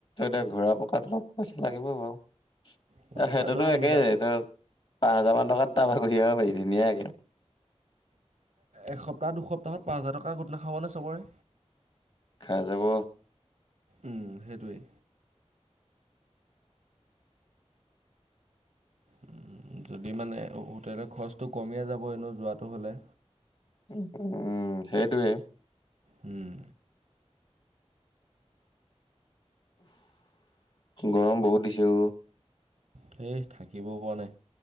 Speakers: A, on the left; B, on the right.
A: এ ঘোৰা পকাত মোক পইচা লাগিব বাৰু।
B: পইচাটো
A: আহ সেহটোতো একেই
B: মিলা
A: <unintelligible> পাঁচ হাজাৰানটকাত তাৰপৰা ঘূৰি আহাব পাৰি ধুনীয়াকে।
B: এসপ্তাহ, দুসপ্তাহত পাঁচ হাজাৰ টকা গোট নাখাবনে চবৰে।
A: খাই যাব।
B: উম, সেইটোৱেই। উ, যদি মানে হোটলেৰ খৰচটো কমিয়ে যাব। এনেও যোৱাটো হ'লে
A: উ, উম, সেইটোৱে।
B: উম।
A: গৰম বহুত দিছো।
B: সেই থাকিবও পোৱা নাই।